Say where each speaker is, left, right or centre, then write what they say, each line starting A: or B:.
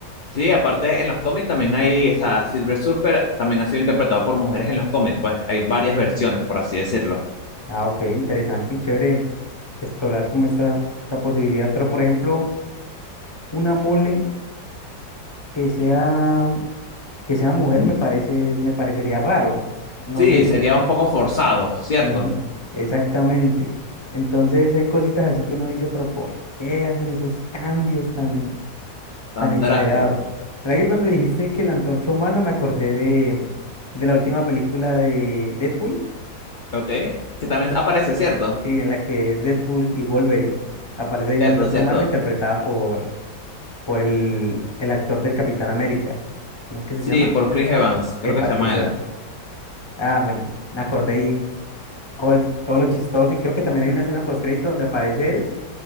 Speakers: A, on the left; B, on the left.
A: sí, aparte en los cómics también hay, o sea, Silver Surfer también ha sido interpretado por mujeres en los cómics, pues hay varias versiones, por así decirlo.
B: Ah, ok, interesante y chévere explorar como esta, esta posibilidad. Pero, por ejemplo, una mole que sea, que sea mujer
A: Mm.
B: me parece, me parecería raro. No
A: Sí,
B: sé, s-
A: sería un poco forzado, ¿cierto?
B: ujú, exactamente. Entonces hay cositas así que uno dice, pero ¿por qué hacen esos cambios tan,
A: Tan
B: tan exagerados?
A: drástico.
B: ¿Verdad que cuando dijiste que la antorcha humana me acordé de, de la última película de Deadpool?
A: Ok, que también aparece, ¿cierto?
B: Sí, en la que es Deadpool y Wolverine. Aparece ahí
A: Cierto,
B: la antorcha
A: cierto.
B: humana interpretada por, por el, el actor del Capitán América. ¿Cómo es que se
A: Sí,
B: llama?
A: por Chris Evans, creo
B: Epa,
A: que se
B: Chris
A: llama él.
B: Evans. Ah, me, me acordé y todo, el- todo lo chistoso. Y creo que también hay una escena postcrédito donde aparece él